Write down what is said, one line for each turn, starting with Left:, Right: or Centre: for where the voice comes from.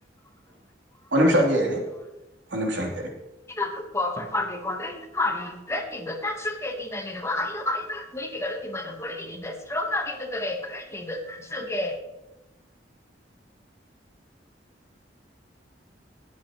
Right: ಒಂದು್ ನಿಮಿಷ ಹಂಗೆ ರರಿ ಒಂದ್ ನಿಮಿಷ ಹಂ
Left: ನ್ದು ಪರ್ಫೆಕ್ಟ್ ಮಾಡ್ಬೇಕು ಅಂದ್ರೆ ಇ್ ಮಾಡಿ ತಿನಲ್ಲಿರುವ ಐದು ಐಬ ಮೀಿಕಗಳು ನಿಮ್ಮನ್ನು ಉಳಗಿನಿಂದ ಸ್ಟ್ರೋಕ್ ಆಗಿರುತ್ತವೆ ದುಕೆ
Right: ಹಾ ಹ <inaudible>